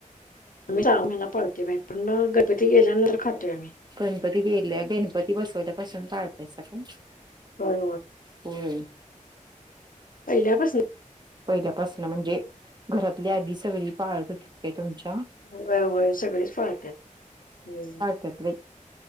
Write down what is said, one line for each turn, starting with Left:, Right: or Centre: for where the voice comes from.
Left: आम्ही सहा महिना पळते बाई पण गणपती गेल्यानंतर खातोय आम्ही.
Right: गणपती गेल्या गणपती बसवल्यापासून पाहताय स का.
Left: होय.
Right: होय.
Left: पहिल्यापासून.
Right: पहिल्यापासन म्हणजे घरातली आधी सगळी पाळत हो तितके तुमच्या.
Left: व्हय व्हय सगळेच पाळत्यात हम्म.
Right: त्यात बई